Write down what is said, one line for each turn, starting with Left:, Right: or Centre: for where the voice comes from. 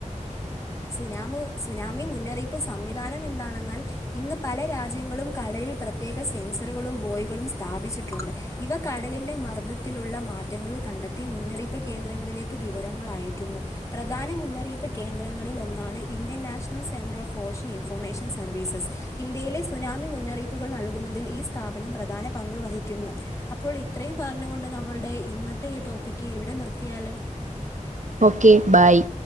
Right: ആ <unintelligible>
Left: സുനാമ സുനാമി മുന്നറിയിപ്പ് സംവിധാനം എന്താണെന്നാൽ ഇന്ന് പല രാജ്യങ്ങളും കടലിൽ <unintelligible> പ്രത്യേക സെൻസറുകളും ബോയികളും സ്ഥാപിച്ചിട്ടുണ്ട് ഇവ കടലിന്റെ മർദ്ദത്തിലുള്ള മാറ്റങ്ങൾ <unintelligible> കണ്ടെത്തി മുന്നറിയിപ്പ് കേന്ദ്രങ്ങളിലേക്ക് വി- വിവരങ്ങൾ അയക്കുന്നു പ്രധാന മുന്നറിയിപ്പ് കേന്ദ്രങ്ങളിൽ ഒന്നാണ് Indian National Centre of Ocean <unintelligible> information services ഇന്ത്യയിലെ സുനാമി മുന്നറിയിപ്പുകൾ നൽകുന്നതിൽ ഈ സ്ഥാപനം പ്രധാന പങ്കവഹി- ുന്നു അപ്പോൾ ഇത്രയും പറഞ്ഞുകൊണ്ട് നമ്മളുടെ ഇന്നത്തെ ഈ ടോപ്പിക്ക് ഇവിടെ നിർത്തിയാലോ
Right: ഓക്കെ ബായ്